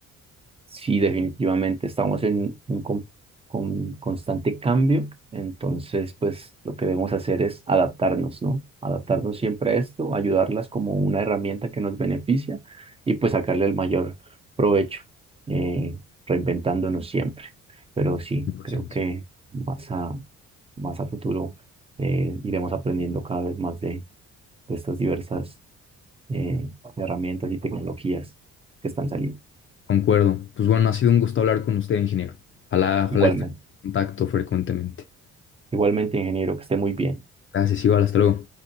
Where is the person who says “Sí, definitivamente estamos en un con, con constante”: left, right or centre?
Right